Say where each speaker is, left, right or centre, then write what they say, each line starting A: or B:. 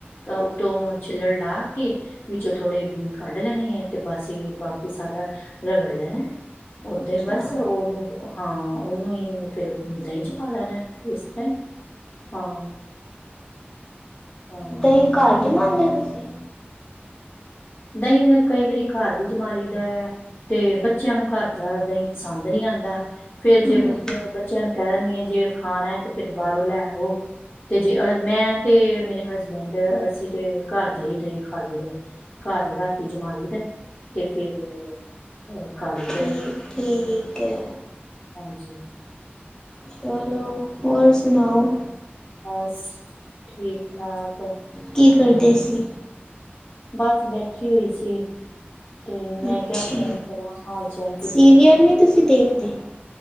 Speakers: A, on the left (about 60°); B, on the left (about 15°).
A: ਅ ਉੱਤੋਂ ਛਿੱਲਡ ਲਾਅ ਕੇ। ਵਿੱਚੋਂ ਥੋੜੇ ਬੀ ਕੱਢ ਲੈਣੇ ਐਂ ਤੇ ਬਸ ਬਾਕੀ ਸਾਰਾ ਰਗੜ ਲੈਣਾ। ਓਦਾਂ
B: ਅੱਛਾ
A: ਈ ਬਸ ਉਨੂੰ ਹਾਂ, ਉਨੂੰ ਹੀ ਫੇਰ ਦਈਂ ਚ ਪਾ ਲੈਣਾ। ਇਸ ਤਾਂ ਈ, ਹਾਂ। ਹਾਂ
B: ਦਈਂ ਘਰ
A: ਕੀ
B: ਜਮਾਂਦੇ ਤੁਸੀਂ।
A: ਦਈਂ ਨਾਂ ਕਈ ਵਾਰੀ ਘਰ ਵੀ ਜਮਾਂ ਲਈ ਦਾ ਐ। ਤੇ ਬੱਚਿਆਂ ਨੂੰ ਘਰ ਦਾ ਦਈਂ ਪਸੰਦ ਨ੍ਹੀਂ ਆਂਦਾ। ਫੇਰ ਜੇ
B: ਹੂੰ
A: ਬੱਚਿਆਂ ਨੂੰ, ਬੱਚਿਆਂ ਨੂੰ ਕੈਅ ਦਿੰਣੀ ਆਂ ਜੇ ਖਾਣਾ ਐ ਤੇ ਫੇਰ ਬਾਰੋਂ ਲੈਵੋ। ਤੇ ਜੇ ਮੈਂ ਤੇ ਮੇਰੇ ਹਸਬੈਂਡ ਅਸੀਂ ਤੇ ਘਰ ਦਾ ਈ ਦਈਂ ਖਾ ਲਈਦਾ। ਘਰ ਰਾਤੀ ਜਮਾਂ ਲਈ ਦਾ ਤੇ ਫੇਰ ਔਹ ਖਾ ਲਈ ਦਾ।
B: ਠੀਕ ਠੀਕ ਐ।
A: ਹਾਂਜੀ।
B: ਚਲੋ। ਹੋਰ ਸੁਣਾਓ।
A: ਬਸ ਠੀਕ-ਠਾਕ।
B: ਕੀ ਕਰਦੇ ਸੀ।
A: ਬਸ ਬੈਠੀ ਹੋਈ ਸੀ ਤੇ ਮੈਂ
B: ਅੱਛਾ
A: ਕਿਆ ਫੋਨ ਕਰਾਂ, ਹਾਲ-ਚਾਲ।
B: ਸੀਰੀਅਲ ਨ੍ਹੀਂ ਤੁਸੀਂ ਦੇਖਦੇ।